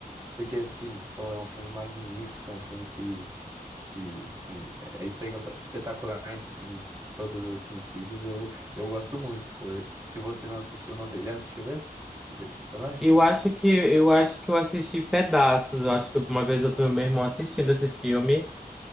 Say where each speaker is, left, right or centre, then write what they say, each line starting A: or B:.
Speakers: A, on the right (about 20°); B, in the centre.
A: Porque, assim, pô, é um filme magnífico, é um filme que, que assim, é espeta- espetacular em, em todos os sentidos. Eu, eu gosto muito, pô. Se você não assistiu, não sei, já assistiu esse? Interestelar?
B: Eu acho que eu acho que eu assisti pedaços. Eu acho que uma vez eu vi o meu irmão assistindo esse filme.